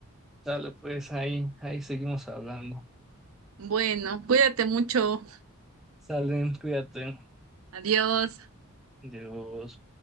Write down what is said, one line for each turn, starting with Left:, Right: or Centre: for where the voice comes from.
Centre: Sale, pues ahí, ahí seguimos hablando.
Right: Bueno, cuídate mucho.
Centre: Salen, cuídate.
Right: Adiós.
Centre: Dios.